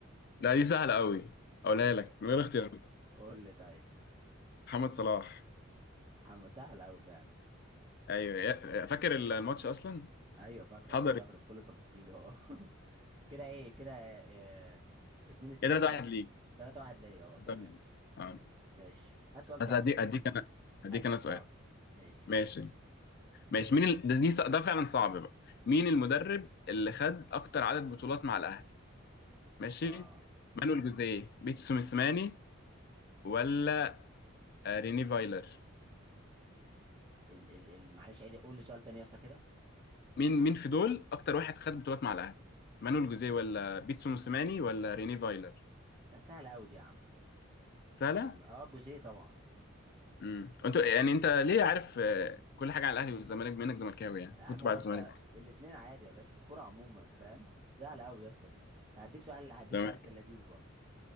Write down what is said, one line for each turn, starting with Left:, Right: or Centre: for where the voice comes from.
Left: لا دي سهله قوي اقولها
Right: إيه
Left: لك من غير اختيارات
Right: قول لي طيب
Left: محمد صلاح
Right: عم سهل أوي فعلا
Left: ايوه يا- فاكر الماتش اصلا
Right: أيوه فاكره
Left: حضر
Right: يا عم فاكره بكل تفاصيله أه <laughs> كده إيه كده آه... آه، اتنين اتنين
Left: ايه 3
Right: و
Left: 1 ليك
Right: تلاتة واحد ليا أه تمام
Left: طيب. آه.
Right: ماشي هات سؤال
Left: بس
Right: صعب
Left: اديك
Right: يا اسطى
Left: اديك انا اديك
Right: هات سؤال
Left: انا سؤال
Right: صعب ماشي
Left: ماشي ماشي مين ال... ده دي... ده فعلا صعب بقى مين المدرب اللي خد اكتر عدد بطولات مع الاهلي ماشي
Right: اه
Left: مانويل جوزيه بيتسو سوميسماني ولا آه، ريني فايلر
Right: ال ال ال معلش عيد قول لي سؤال تاني يا اسطى كده
Left: مين مين في دول اكتر واحد خد بطولات مع الاهلي مانويل جوزيه ولا بيتسو سوميسماني ولا ريني فايلر
Right: لا سهله قوي دي يا عم
Left: سهله
Right: أما- اه الجزئيه طبعا
Left: امم انت يعني انت ليه عارف آه، كل حاجه على الاهلي والزمالك بما انك زملكاوي يعني
Right: يا عم
Left: كنت
Right: هو
Left: بعرف
Right: انت
Left: الزمالك
Right: الاتنين عادي يا باشا الكرة عموما فاهم سهله قوي يا اسطى دي هديك سؤال هديك
Left: تمام
Right: سؤال في اللذيذ برضه